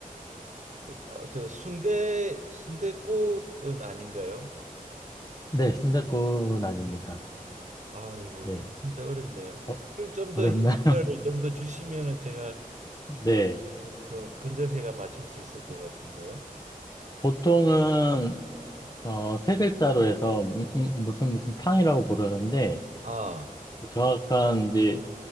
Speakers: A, on the right; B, on the left.
A: 어, 저 순대 순대국은 아닌가요?
B: 네, 순댓국은 아닙니다.
A: 아이고,
B: 네,
A: 이거 진짜 어렵네요.
B: 어,
A: 그리고 좀
B: 어렵나?
A: 더 힌트를
B: <laughs>
A: 좀 더 주시면은 제가
B: 네,
A: 그좀더 근접해가 맞출 수 있을 것 같은데요.
B: 보통은 어, 세 글자로 해서 음, 음, 무슨 무슨 탕이라고 부르는데
A: 아,
B: 그 정확한 이제